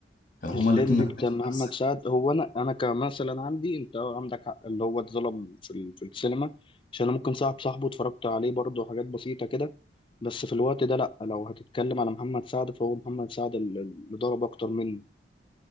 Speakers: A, on the left; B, on the left.
A: كان هما
B: الليمبي
A: الاتنين نازلين
B: بتاع
A: في
B: محمد
A: نفس ال-
B: سعد هو انا انا كمثلا عندي انت عندك حق اللي هو اتظلم في ال- في السينما عشان انا ممكن صاحب صاحبه اتفرجت عليه برضه حاجات بسيطه كده بس في الوقت ده لا لو هتتكلم على محمد سعد فهو محمد سعد ال- اللي ضرب اكتر منه